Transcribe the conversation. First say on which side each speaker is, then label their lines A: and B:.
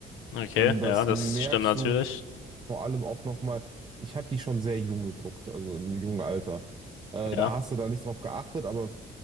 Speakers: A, on the left (about 85°); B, on the right (about 25°).
A: okay,
B: Ähm, das
A: ja, das
B: merkst
A: stimmt natürlich.
B: du vor allem auch nochmal. Ich habe die schon sehr jung geguckt, also in einem jungen Alter. Äh,
A: Ja,
B: da hast du da nicht drauf geachtet, aber